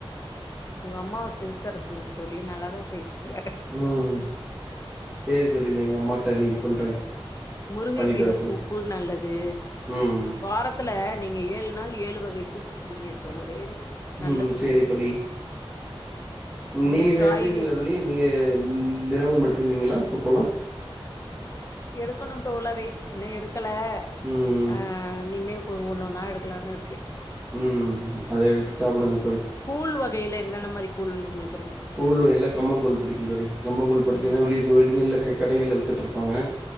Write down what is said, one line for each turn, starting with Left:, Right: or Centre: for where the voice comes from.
Left: உங்க அம்மாவ சென் தர சொல்லுங்க தோழி நல்லாதான் செய்வாங்க
Right: ம் சேரி தோழி எங்க அம்மாட்ட இன்னைக்கு சொல்றேன்
Left: முருங்கைக்கீரை
Right: பண்ணி தர சொல்லி
Left: சூப்பு நல்லது
Right: ம்
Left: வாரத்துல நீங்க ஏழு நாள் ஏழு வகை சூப் குடிங்க தோழரே
Right: உம்
Left: நல்லது
Right: சரி தோழி
Left: அது
Right: நீங்
Left: மாரி
Right: சை
Left: காய்கறி
Right: எடுத்தீங்களா தோழி நீங்க உம் தினமும் எடுத்துக்குவீங்களா சுப்பல்லாம்
Left: எடுக்கணும் தோழரே இன்னும் எடுக் இருக்கல
Right: ம்
Left: ஆஹ் நீமே ஒன்னு ஒண்ணுன்னா எடுக்கலாம்னு இருக்க
Right: உம் அது எடுத்து சாப்பிடுங்க
Left: கூழ் வகையில என்னன்னமா இரு கொல்லு உங்களு
Right: கூழ்ல கம்பங் கூழ் படிக்கும் தோழி கம்பங் கூழ் பாத்தின்னா
Left: ம்
Right: வெளி வெளியல கடைகள வித்துட்டு இரு ப்பாங்க